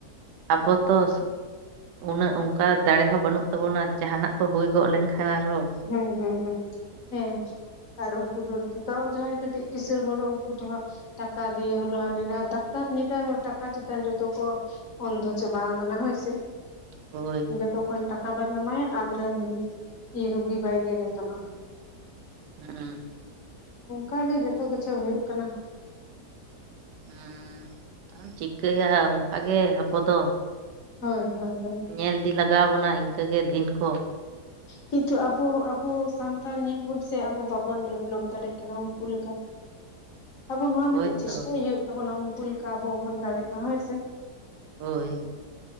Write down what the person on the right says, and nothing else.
ᱟᱵᱚ ᱛᱚᱥ ᱩᱱᱟᱹᱜ ᱚᱱᱠᱟ ᱫᱟᱲᱮ ᱦᱚᱸ ᱵᱟᱹᱱᱩᱜ ᱛᱟᱵᱚᱱᱟ ᱡᱟᱦᱱᱟᱜ ᱠᱚ ᱦᱩᱭ ᱜᱚᱫ ᱞᱮᱱᱠᱷᱟᱱ ᱟᱨᱚ ᱾
ᱦᱳᱭ ᱾
ᱦᱮᱸ
ᱦᱩᱸ ᱟᱢ ᱪᱤᱠᱟᱹᱭᱟ ᱚᱱᱠᱟ ᱜᱮ ᱟᱵᱚ ᱫᱚ
ᱧᱮᱞ ᱤᱫᱤ ᱞᱟᱜᱟᱣ ᱟᱵᱚᱱᱟ ᱤᱱᱠᱟᱹ ᱜᱮ ᱫᱤᱱ ᱠᱚ
ᱦᱳᱭ
ᱛᱚ
ᱦᱳᱭ ᱾